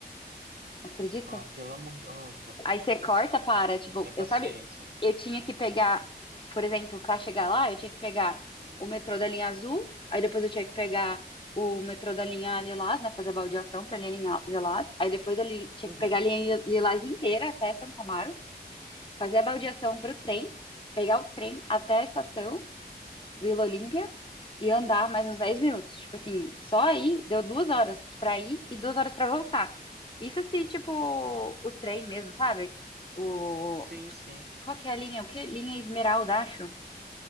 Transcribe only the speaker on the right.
Ah, pelo amor de... Oh, tá.
Hum.
Sem paciência.
Uhum.
Sim, sim.